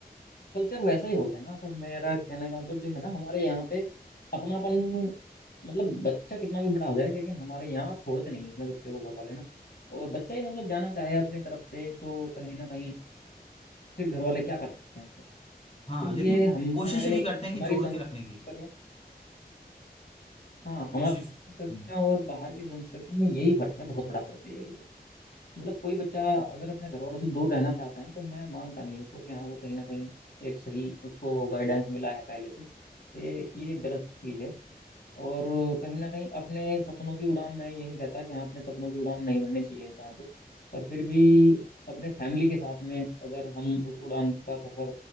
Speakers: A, on the left (about 65°); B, on the left (about 40°).
A: कल्चर वैसा ही हो गया ना सर मेरा कहने का मतलब जो है ना हमारे यहाँ पे अपनापन मतलब बच्चा कितना भी बड़ा हो जाए लेकिन हमारे यहाँ छोड़ते नहीं हैं अपने बच्चे को घर वाले ना और बच्चा ही मतलब जाना चाहे अपनी तरफ से तो कहीं ना कहीं फिर घर वाले क्या कर सकते हैं उसमें
B: हाँ
A: तो ये
B: लेकिन
A: हमारे
B: कोशिश यही करते हैं
A: हमारी
B: कि जोड़
A: संस्कृति
B: के रखने की
A: में हाँ
B: कोशिश
A: हमारी संस्कृति
B: हम्म
A: में और बाहर की संस्कृति में यही फर्क है बहुत बड़ा फर्क है और मतलब कोई बच्चा अगर अपने घर वालों से दूर रहना चाहता है तो मैं मानता नहीं उसको कि हाँ वो कहीं ना कहीं एक सही उसको गाइडेंस मिला है पहले से ये ये एक गलत चीज़ है और कहीं ना कहीं अपने सपनों की उड़ान मैं ये नहीं कहता कि हाँ अपने सपनों की उड़ान नहीं भरनी चाहिए इंसान को पर फिर भी अपने फैमिली के साथ में अगर हम उस उड़ान का सफर